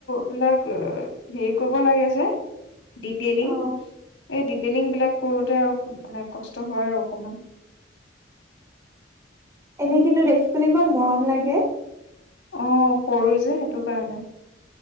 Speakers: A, on the left (about 80°); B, on the right (about 15°).
A: বিলাক হেৰি কৰিব লাগে যে ডিটেইলিং
B: অ
A: এই ডিলিং বিলাক কৰোঁতে মানে কষ্ট হয় আৰু অকমান
B: এনে কিন্তু দেখিবলৈ ইমান মৰম লাগে
A: অ সৰু যে সেইটো কাৰণে